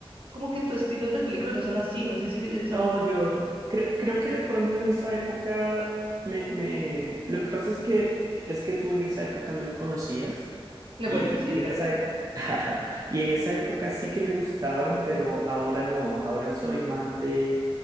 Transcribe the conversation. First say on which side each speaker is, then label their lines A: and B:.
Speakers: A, on the right (about 65°); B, on the right (about 35°).
A: como que tu estilo de películas no son así, no sé si son
B: No, yo creo, creo que de pronto en esa época me, me, lo que pasa es que es que tú en esa época no me conocías
A: No,
B: y,
A: Bueno, sí,
B: y
A: es
B: en
A: verdad.
B: esa época <laughs> y en esa época sí que me gustaban, pero ahora no. Ahora soy más de